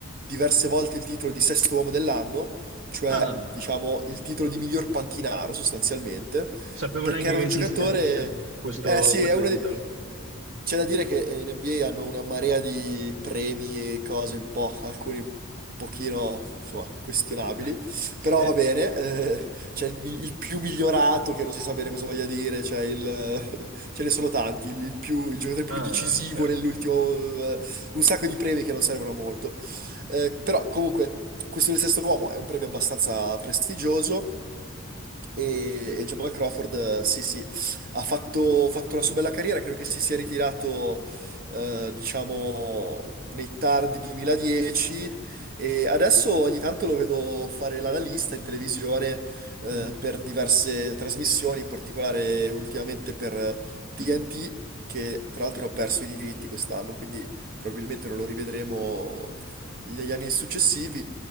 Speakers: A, on the right; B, on the right.
A: diverse volte il titolo di sesto uomo dell'anno, cioè
B: Ah,
A: diciamo il titolo di miglior panchinaro sostanzialmente,
B: sapevo
A: perché
B: neanche
A: era
B: che
A: un
B: esistesse
A: giocatore...
B: questo,
A: Eh sì,
B: questo
A: è una
B: titolo.
A: di- c'è da dire che eh, in NBA hanno una marea di premi e cose un po', alcuni un pochino, insomma, questionabili,
B: <laughs>
A: però va bene,
B: Sì.
A: eh, c'è il, mi- il più migliorato che non si sa bene cosa voglia dire, c'è il, <laughs> ce ne sono tanti, il, il più- il giocatore
B: Ah,
A: più decisivo
B: ok.
A: nell'ultimo, eh, un sacco di premi che non servono a molto, Eh, però comunque questo del sesto uomo è un premio abbastanza prestigioso, e, e Jamal Crawford, eh, sì, sì, ha fatto, fatto la sua bella carriera, credo che si sia ritirato, eh, diciamo, nei tardi 2010 e adesso ogni tanto lo vedo fare l'analista in televisione, eh,
B: Mm.
A: per diverse trasmissioni, in particolare ultimamente per TNT, che tra l'altro ha perso i diritti quest'anno, quindi probabilmente non lo rivedremo negli anni successivi.